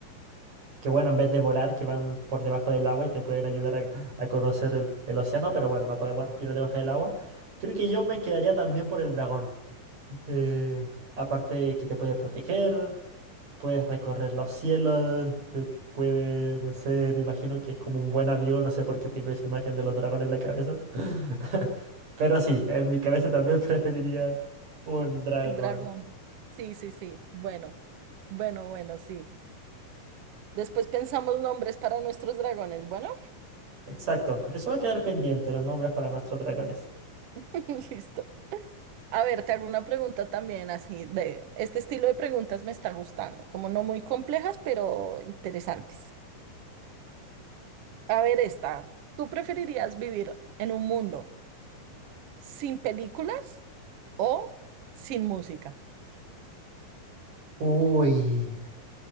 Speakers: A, on the right; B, on the right.
A: que bueno, en vez de volar, que van por debajo del agua y te pueden ayudar a, a conocer el, el océano, pero bueno, no podemos respirar debajo del agua. Creo que yo me quedaría también por el dragón. Eh, aparte que te puede proteger, puedes recorrer los cielos, te puede, no sé, me imagino que es como un buen amigo, no sé por qué tengo esa imagen de los dragones en la cabeza. <laughs> Pero sí, en mi cabeza también <laughs> preferiría un dragón.
B: Dragón. Sí, sí, sí. Bueno, bueno, bueno, sí. Después pensamos nombres para nuestros dragones. Bueno,
A: Exacto, eso va a quedar pendiente, los nombres para nuestros dragones.
B: <laughs> listo. A ver, te hago una pregunta también así de este estilo de preguntas me está gustando, como no muy complejas, pero interesantes. A ver, esta. ¿Tú preferirías vivir en un mundo sin películas o sin música?
A: Uy.